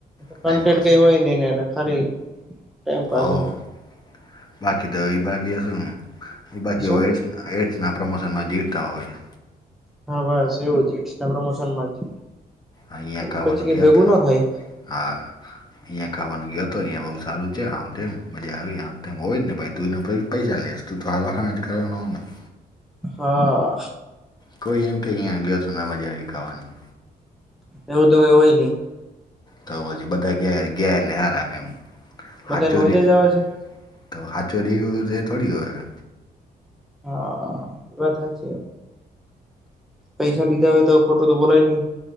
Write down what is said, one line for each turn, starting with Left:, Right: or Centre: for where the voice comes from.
Left: ટાઈમપાસ
Centre: કોન્ટે ક હોય નહી ને ખ ટમ પા
Left: હો
Centre: એ
Left: બાકી તો વિભાગીય છે, વિભાાગીય
Centre: શું
Left: હોય. એડ્સના પ્રમોશનમાં જીવતા હોય
Centre: હા, બસ એવું જ એકસ્ટા પ્રમોશનમાં જ
Left: અહીંયા ખાવાનું
Centre: પછી ક
Left: ગયા
Centre: ભેગુના
Left: હતા
Centre: થાય.
Left: હા અહંયા ખાવા ગયો હતો અહીિયાયા બઉુ સારુ છે, આમ તેમ મજા આવી આમ તેમ હોય જ ને તું પૈસા લેસ ત તો હ વાખાણાથી કરવાનો હો, ને
Centre: હા
Left: કોઈ એમ કે અહીંયા ગયો, તો ના મજા આવી ખાવાની
Centre: એવું તો કે હોય નહી
Left: તો પછી બધા ગયા ગયા, લ હાર એમ
Centre: બધાને
Left: હા ચોરી
Centre: મજા જ આવે છે
Left: તો સાચો રિવ્યુ તો એ થોડી હોય.
Centre: હા એ વાત હ છે, પૈસા લીધા હોય તો ખોટો તો બોલાય નહી.